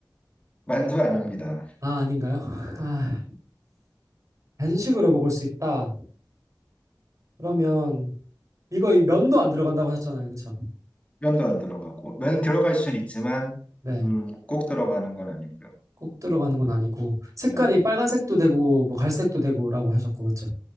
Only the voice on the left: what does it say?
만두 아닙니다.
면도 안 들어가고. 면 들어갈 수는 있지만,
음, 꼭 들어가는 건 아니고요.
네,